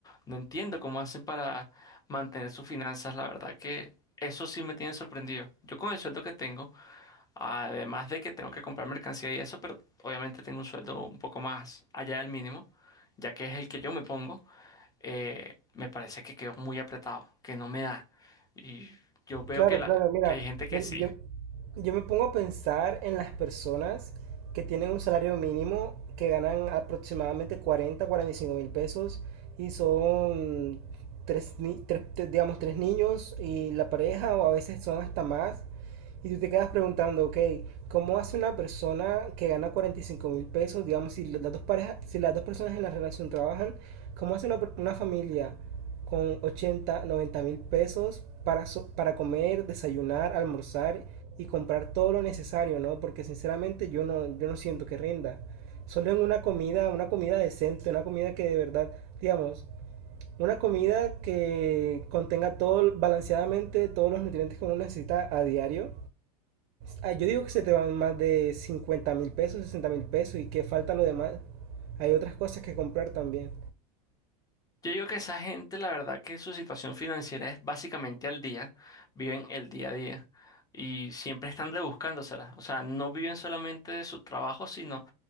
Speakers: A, on the left (about 20°); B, on the right (about 55°).
A: No entiendo cómo hacen para mantener sus finanzas. La verdad que eso sí me tiene sorprendido. Yo con el sueldo que tengo, además de que tengo que comprar mercancía y eso, pero obviamente tengo un sueldo un poco más allá del mínimo, ya que es el que yo me pongo, eh, me parece que quedo muy apretado, que no me da. Y yo veo
B: Claro,
A: que, la,
B: claro, mira,
A: que hay gente que
B: yo,
A: sí.
B: yo- yo me pongo a pensar en las personas que tienen un salario mínimo que ganan aproximadamente 40, 45 mil pesos y son tres, ni- tres- te- digamos, tres niños y la pareja o a veces son hasta más Y tú te quedas preguntando, ok, ¿cómo hace una persona que gana cuarenta y cinco mil pesos, digamos, si las dos parejas, si las dos personas en la relación trabajan, cómo hace una, una familia con 80, noventa mil pesos para, so- para comer, desayunar, almorzar y comprar todo lo necesario, ¿no? Porque sinceramente yo no, yo no siento que rinda. Solo en una comida, una comida decente, una comida que de verdad, digamos, una comida que contenga todo balanceadamente todos los nutrientes que uno necesita a diario Ah, yo digo que se te van más de cincuenta mil pesos, sesenta mil pesos y que falta lo demás. Hay otras cosas que comprar también.
A: Yo digo que esa gente, la verdad que su situación financiera es básicamente al día, viven el día a día y siempre están rebuscándosela. O sea, no viven solamente de su trabajo, sino